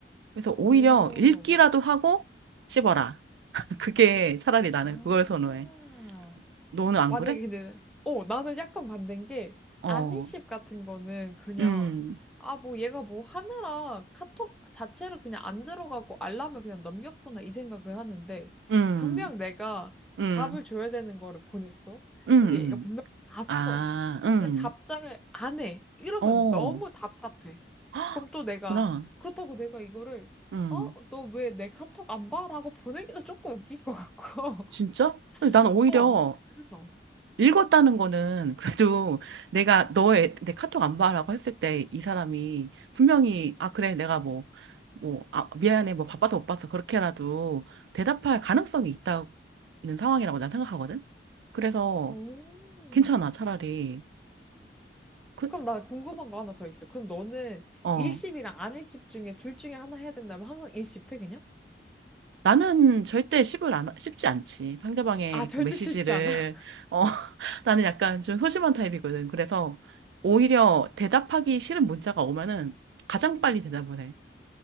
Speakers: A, on the right (about 75°); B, in the centre.
A: 그래서
B: 오,
A: 오히려 읽기라도 하고 씹어라. <laughs> 그게 차라리 나는
B: 아.
A: 그걸 선호해. 너는 안
B: 만약에
A: 그래?
B: 근데 어 나는 약간 반대인 게
A: 어.
B: 아니십 같은 거는 그냥
A: 음,
B: 아 뭐 얘가 뭐 하느라 카톡 자체를 그냥 안 들어가고 알람을 그냥 넘겼구나 이 생각을 하는데
A: 음,
B: 분명 내가
A: 음,
B: 답을 줘야 되는 거를 보냈어.
A: 음, 음.
B: 근데 얘가 분명 봤어.
A: 아, 음,
B: 근데 답장을 안 해. 이러면
A: 어,
B: 너무 답답해.
A: <gasps> 헉,
B: 그럼 또 내가
A: 그렇구나.
B: 그렇다고 내가 이거를
A: 음,
B: 어? 너 왜 내 카톡 안 봐? 라고 보내기도 조금 웃긴 것 같고.
A: 진짜? 근데
B: <laughs>
A: 나는 오히려
B: 어, 난 그래서.
A: 읽었다는 거는 그래도 내가 너의 내 카톡 안 봐라고 했을 때 이 사람이 분명히 아, 그래, 내가 뭐, 뭐, 아, 미안해, 뭐 바빠서 못 봤어. 그렇게라도 대답할 가능성이 있다는 상황이라고 난 생각하거든? 그래서
B: 오.
A: 괜찮아, 차라리. 그,
B: 그럼 나 궁금한 거 하나 더 있어. 그럼 너는
A: 어.
B: 일십이랑 안일십 중에 둘 중에 하나 해야 된다면 항상 일십해 그냥?
A: 나는 절대 씹을 안, 씹지 않지. 상대방의
B: 아, 절대
A: 그 메시지를,
B: 쉽지 않아. <laughs>
A: 어, <laughs> 나는 약간 좀 소심한 타입이거든. 그래서 오히려 대답하기 싫은 문자가 오면은 가장 빨리 대답을 해.